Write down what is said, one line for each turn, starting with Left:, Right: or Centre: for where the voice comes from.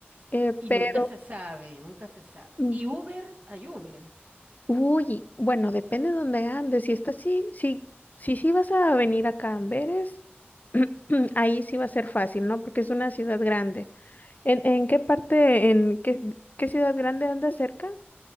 Left: Eh,
Right: Y
Left: pero,
Right: nunca se sabe, nunca se sabe.
Left: mm,
Right: Y Uber, hay Uber. <laughs>
Left: uy, bueno, depende de dónde andes. Si estás, sí, sí, sí, sí vas a venir acá a Amberes, <clears throat> ahí sí va a ser fácil, ¿no? Porque es una ciudad grande. ¿En, en qué parte, en qué, qué ciudad grande andas cerca?